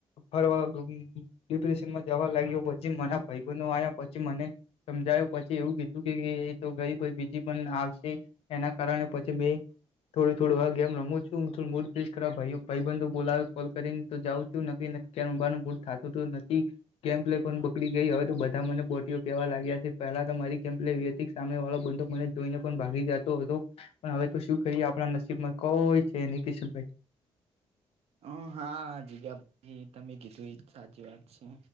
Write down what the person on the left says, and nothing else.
ફરવા ડિપ્રેશનમાં જવા લાગ્યો પછી મરા ભાઈ બનો આવ્યા પછી મને સમજાયો પછી એવું કીધું કે એ તો ગઈ બીજી પણ આવશે એના કારણે પછી મે થો થો વા ગમ રમું છું ફ ભય બંધ બોલાવે કોલ કરીને તો જાઉં છું નગીને કેનુ બનું બૂટ થતુંનથી કેમ્પ લઈ પણ બકડી ગઈ હય તો બધા મને પોટઓ કેવા લાગ્યા છે પહેલા તો મારી કેમ્પ લ વ્યિક સામે વાળો બંધો મને જોઈને પણ ભાગી જતો હતો પણ હવે તો શું કરીએ આપણા નસીબમાં કોઈ છે નિકશનભાઈ